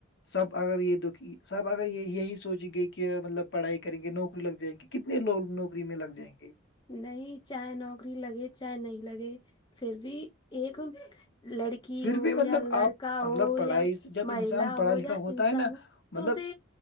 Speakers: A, on the left (about 55°); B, on the left (about 20°).
A: سب اگر یہ د سب اگر یہی سوچیں گے کہ مطلب پڑھائی کریں گے نوکری لگ جائیں گی کتنے لوگ نوکری میں لگ جائیں گے
B: نہیں چاہے نوکری لگے چاہے نہیں لگے پھر بھی ایک لڑک لکی
A: پھر
B: ہو
A: بھی مطلب
B: یا لڑکا
A: آپ مطلب
B: ہو
A: پڑھائی
B: یا
A: سے جب
B: مہلا
A: انسان پڑھا
B: ہو
A: لکھا
B: یا
A: ہوتا
B: انسان
A: ہے نا
B: ہو
A: مطلب
B: تو اسے